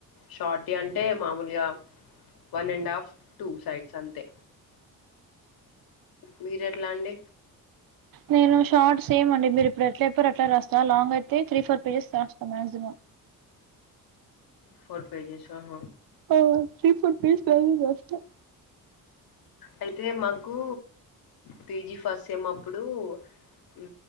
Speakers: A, on the left; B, on the right.
A: షార్టియి అంటే మామూలుగా one and half two sides అంతే మీరు ఎట్లా అండి
B: నేను షార్ట్ సేమ్ అండి మీరు ఇప్పుడు ఎట్ల చేప్పరో అట్లా రాస్తా లాంగ్ అయితే త్రీ ఫోర్ పేజెస్ రాస్తాను మయాక్సిమమ్
A: ఫోర్ పేజెస్ అహ
B: ఓ స్్రీ ఫుడ్ పీస్స్త <unintelligible>
A: అయితే మాకు పీజి ఫస్ట్ సేమ్ మప్పుడు ఉ